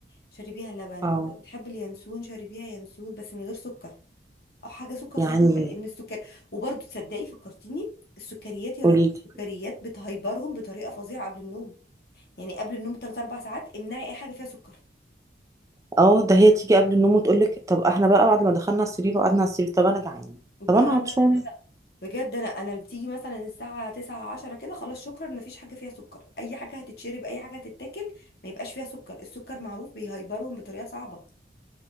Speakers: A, on the left (about 60°); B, on the right (about 20°).
A: شربيها لبن
B: اه
A: لو بتحبي اليانسون شربيها ينسون بس من غير سكر او حاجة سكر
B: يعني
A: خفيفة لان السكر وبرضه تصدقي فكرتيني السكريات يا
B: قولي
A: رنا
B: لي
A: السكريات بتهيبرهم بطريقة فظيعة قبل النوم يعني قبل النوم بثلاث اربع ساعات امنعي اي حاجة فيها سكر
B: اه ده هي تيجي قبل النوم وتقول لك طب احنا بقى بعد ما دخلنا على السرير وقعدنا على السرير طب انا جعانه
A: لا
B: طب انا عطشانه
A: لا لا بجد انا انا بتيجي مثلا الساعه 9 10 كده خلاص شكرا مفيش حاجه فيها سكر اي حاجه هتتشرب اي حاجه هتتاكل ما يبقاش فيها سكر السكر معروف بيهيبرهم بطريقه صعبه